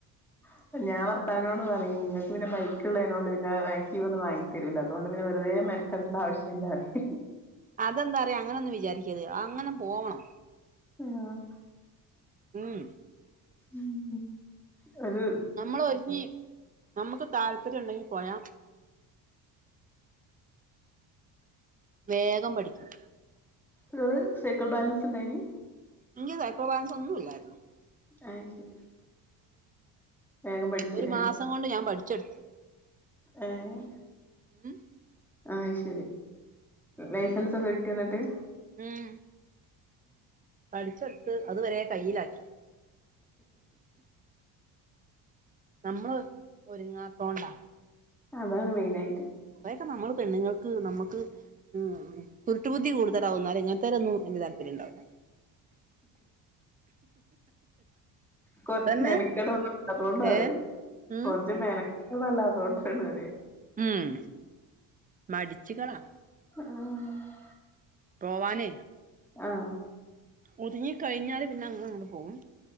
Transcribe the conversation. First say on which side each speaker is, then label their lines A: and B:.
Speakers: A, in the centre; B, on the right (about 20°).
A: ഹാ. ഞാൻ വർത്താവിനോട് പറയും. ങ്ങക്ക് പിന്നെ ബൈക്ക്ള്ളേനോണ്ട് പിന്നെ ആക്ടീവൊന്നും വാങ്ങി തരൂല. അതോണ്ട് പിന്നെ വെർതെ മെന കെടേണണ്ട ആവശ്യല്ലാ പറിയും
B: അതെന്താറിയോ അങ്ങനൊന്നും വിചാരിക്കരുത് അങ്ങനെ പോവണം.
A: ആഹ്.
B: ഉമ്
A: ഉമ് ഉമ് ഒര്
B: നമ്മൾ ഒരുങ്ങി നമ്മക്ക് താല്പര്യണ്ടെങ്കി പോയാ വേഗം പഠിക്കും.
A: ങ്ങള് സൈക്കൾ ബാലൻസ്ണ്ടായ്ന്?
B: ൻക്ക് സൈക്കൾ ബാലൻസൊന്നുല്ലായിരുന്നു.
A: അയ് ശരി വേഗം പഠിച്ച്
B: ഒരു
A: ലെ?
B: മാസം കൊണ്ട് ഞാൻ പഠിച്ചെടുത്ത്
A: ഏഹ്
B: ഉം.
A: ആഹ് ശരി. ലൈസൻസൊക്കെ
B: ഉം
A: കിട്ട്യോന്നട്ട്?
B: ഉം പഠിച്ചെട്ത്ത് അതുവരെ കയ്യിലാക്കി. നമ്മള് ഒരുങ്ങാത്തോണ്ടാ.
A: അതാണ് മെയിനായിറ്റ്.
B: കുറേൊക്കെ നമ്മള് പെണ്ണുങ്ങൾക്ക് നമ്മക്ക്. ഉം കുരുട്ടുബുദ്ധി കൂടുതലാവും, ന്നാലും ഇങ്ങൻത്തേലൊന്നും വല്യ താൽപര്യണ്ടാവൂല.
A: കൊറച്ച്
B: തന്നെ
A: മെനക്കട അതോണ്ടാണ്.
B: ഏ ഉം
A: കൊർച്ച് മെന അണല്ല അതുകൊണ്ടണ് വറിയ
B: ഉം മടിച്ചികളാ
A: ആഹ്
B: പോവാന
A: ആഹ്
B: ഒതുങ്ങി കഴിഞ്ഞാല് പിന്നെ അങ്ങ അങ്ങു പോകും